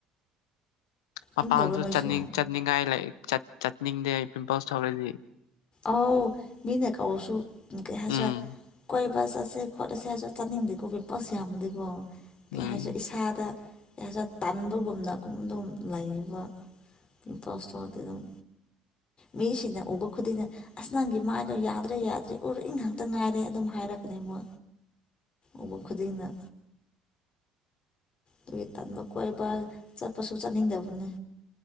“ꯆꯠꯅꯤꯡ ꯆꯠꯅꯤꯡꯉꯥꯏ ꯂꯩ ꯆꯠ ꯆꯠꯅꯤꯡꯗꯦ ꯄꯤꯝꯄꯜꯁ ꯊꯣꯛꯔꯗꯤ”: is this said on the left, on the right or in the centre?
Left